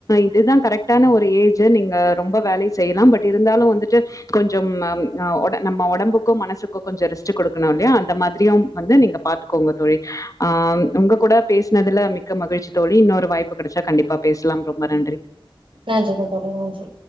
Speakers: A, on the left; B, on the right.
A: இதுதான் கரெக்டான ஒரு ஏஜ் நீங்க ரொம்ப வேலயு செய்லாம் பட் இருந்தாலு வந்துட்டு கொஞ்சம் அம் அ ஓட நம்ம உடம்புக்கும் மனசுக்கு கொஞ்ச ரெஸ்ட் கொடுக்கனுல்லையா அந்த மாதிரியும் வந்து நீங்க பாத்துக்கோங்க தோழி ஆம் உங்க கூட பேஸ்னதுல மிக்க மகிழ்ச்சி தோழி இன்னொரு வாய்ப்பு கிடச்சா கண்டிப்பா பேஸ்லாம் ரொம்ப நன்றி
B: நன்றிங்க தோழி நன்றி